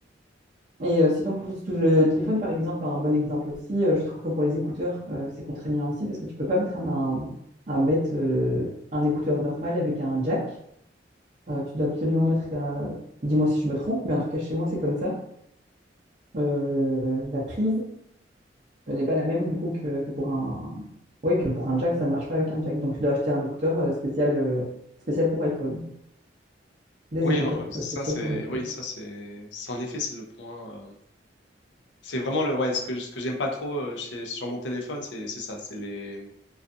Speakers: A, on the right (about 40°); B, on the left (about 75°).
A: Et euh, sinon, pour tout le téléphone, par exemple, un bon exemple aussi, euh, je trouve que pour les écouteurs, euh, c'est contraignant aussi parce que tu peux pas mettre un, un, un bête, euh, un écouteur normal avec un jack. Euh, tu dois absolument mettre, un- dis-moi si je me trompe, mais en tout cas, chez moi, c'est comme ça. Euh, le- la prise euh, n'est pas la même du coup que, que pour un... Ouais, que pour un jack, ça ne marche pas avec un jack. Donc, tu dois acheter un écouteur euh, spécial, euh, spécial pour iPhone. Des
B: Oui,
A: écouteurs
B: euh,
A: plutôt
B: ça
A: spéciaux
B: c'est,
A: pour iPhone.
B: oui, ça c'est, c'est- en effet, c'est le point. euh, c'est vraiment le, ouais, ce que, ce que j'aime pas trop euh, chez, sur mon téléphone, c'est c'est ça, c'est les,